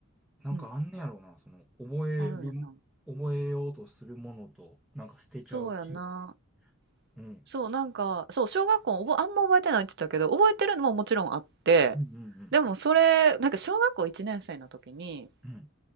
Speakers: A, in the centre; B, on the right.
A: なんかあんねやろうな。
B: うん。
A: その、覚える、
B: あるんやな。
A: 覚えようとするものと、なんか捨てちゃう記憶。
B: そうやな。
A: うん。
B: そう、なんか、そう、小学校おぼあんま覚えてないって言ったけど、覚えてるのももちろんあって、
A: うんうんうん。
B: でもそれ、なんか小学校1年生の時に、
A: うん。